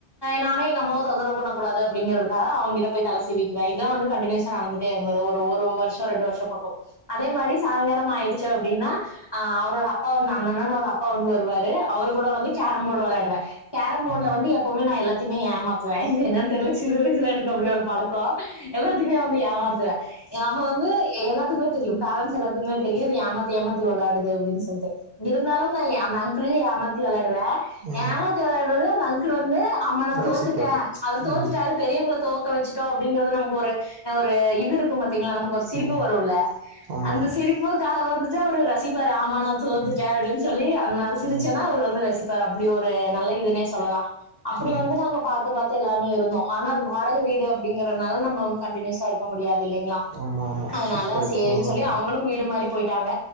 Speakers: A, on the left (about 25°); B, on the right (about 65°).
A: நானே எங்க அம்மாவ தொந்தரவு பண்ணக்க கூடாது அப்படிங்க க்காக அவங்கிட்ட போய் தலைசிவிக்குான் வந்து கண்டினுயூஸ்சா நடந்துட்டே இருந்தது ஒரு வருஷம் ரெண்டு வருஷம் பக்கம் அதே மாதிரி சாயங்காலம் ஆயிடுச்சு அப்படின்னா அ அவரோட அப்பா வந்து அந்த அண்ணனோட அப்பா வந்து வருவாரு அவரு கூட வந்து கேரம்போர்டு விளையாடுவேன் கேரம்பர்டல
B: ம்
A: வந்து எப்பவும நான் எல்லாத்தையமே ஏமாத்துவேன் என்னனு தெரில வயசுல இருக்க அப்படிய ஒரு பழக்கம் எல்லாத்துக்குமே வந்து ஏமாத்துவே அவ வந்து எல்லாத்துக்குமே தெரியு பேரன்ஸ் எல்லாத்துக்குமே தெரியுது இது ஏமாத்தி ஏமாத்தி விளாடுது அப்படின்னு சொல்ட்டு இருந்தாலும் ன் அந்த அங்கள த்தி விளையாடுவேன் ஏமாத்தி
B: ம்
A: விளையாடுறது அந்த அங்கில் வந்து ஆமா நான்
B: ரசிப்பாரு
A: தோத்துட்டேன் அவர் தோத்துட்டாரு
B: ம்
A: பெரியவங்கள தோ வச்சுட்டோ அப்படிங்கறது நமக்கு ஒரு ஒரு இது இருக்கும் பாத்தீங்களா நமக்கு ஒரு சிரிப்பு
B: ம்
A: வரும்ல்ல
B: ஆமா
A: அந்த சிரிப்புக்காக வந்துட்டு அவரு ரசிப்பாரூ ஆ நா தோத்துட்டே
B: ம் ம்
A: அப்படின்னு சொல்லி அந்தா சிரி
B: ம்
A: ச்சன்னா அவர் வந்து ரசிப்பாரு அப்படி ஒரு நல்ல இதுனே சொல்லலா அப்படி
B: ஆமா
A: வந்து நாங்க பாத்துு பாத்து எல்லாமே இருந்தோம் ஆனா அது வாடக வீடு அப்படிங்கறனால நம்ம வந்து கண்டினியூஸா இருக்கு முடியாது இல்லைங்களா
B: ஆமா
A: அதனால
B: ஷிஃப்ட் ஆயி
A: சேரின்னு
B: போன
A: சொல்லி
B: முடியு
A: அவங்களும் வீடு மாரி போயிட்டாங்க